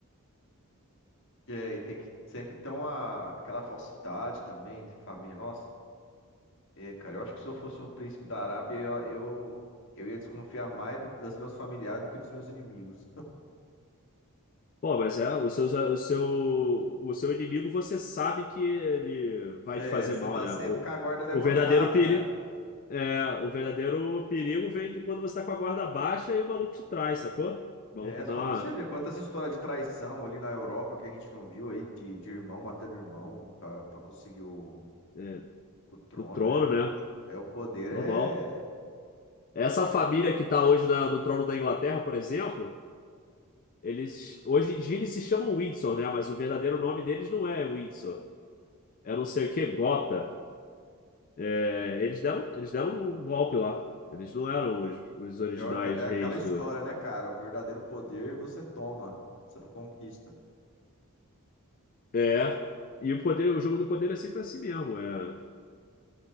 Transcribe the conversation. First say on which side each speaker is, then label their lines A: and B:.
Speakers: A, on the left; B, on the left.
A: E, aí tem que sempre ter uma, aquela falsidade também, entre família. Nossa, é, cara, eu acho que se eu fosse um príncipe da Arábia, eu, eu, eu ia desconfiar mais do- dos meus familiares do que dos meus inimigos. <laughs>
B: Pô, mas é, o seu, o seu, o seu inimigo você sabe que ele vai
A: É,
B: te fazer
A: você
B: mal,
A: tá
B: né?
A: sempre
B: O,
A: com a guarda levantada,
B: o verdadeiro perigo,
A: né?
B: é, o verdadeiro perigo vem de quando você tá com a guarda baixa e o maluco te trai, sacou? O maluco
A: É,
B: dá
A: só
B: uma,
A: você ver quantas histórias de traição ali na Europa que a gente não viu aí, de, de irmão matando irmão pra pra conseguir o,
B: é,
A: o trono,
B: no trono,
A: né?
B: né?
A: É, o poder
B: Normal.
A: é,
B: Essa
A: né,
B: família
A: que-
B: que tá hoje na- no trono da Inglaterra, por exemplo. Eles, hoje em dia eles se chamam Windsor, né? Mas o verdadeiro nome deles não é Windsor. É não sei o que, Gotha. É, eles deram, eles deram um golpe lá. Eles não eram os, os originais
A: é, aqua- é
B: reis
A: aquela história,
B: do.
A: né, cara? O verdadeiro poder você toma, você não conquista.
B: É. E o poder, o jogo do poder é sempre assim mesmo. É,